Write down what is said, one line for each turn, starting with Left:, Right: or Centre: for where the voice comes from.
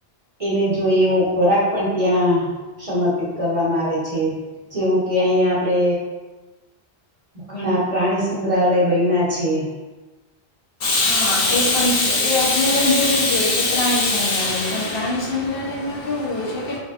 Right: એને જોઈએ એવો ખોરાક પણ ત્યાં સમર્પિત કરવામાં આવે છે જેવું કે અહીયા આપડે ઘણા પ્રાણી સંગ્રહાલય બયના છે
Left: હા એ પણ છે એ અભયારણ જેવું જ હોય છે પ્રાણી સંગ્રહાલય પણ પ્રાણી સંગ્રહાલયમાં કેવું હોય છે કે